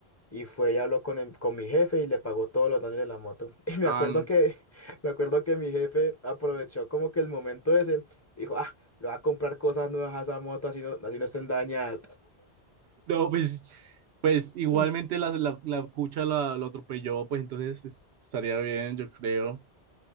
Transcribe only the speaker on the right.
Ah,
No, pues, pues
igualmente la, la, la cucha la, lo atropelló, pues entonces es- estaría bien, yo creo.